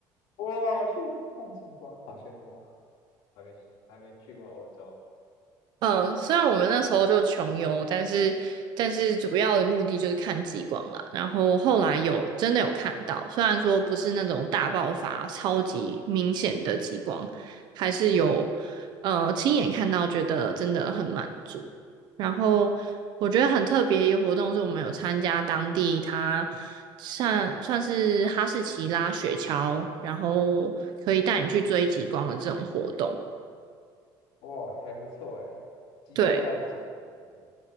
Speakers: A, on the left; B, on the right.
A: 哇，去看极光，好羡慕哦！还没还没去过欧洲，
B: 嗯，虽然我们那时候就穷游，但是但是主要的目的就是看极光了。然后后来有真的有看到，虽然说不是那种大爆发、超级明显的极光，还是有呃亲眼看到，觉得真的很满足。然后我觉得很特别一个活动是我们有参加当地它算算是哈士奇拉雪橇，然后可以带你去追极光的这种活动。
A: 哇，还不错哎。极光是要追逐的
B: 对。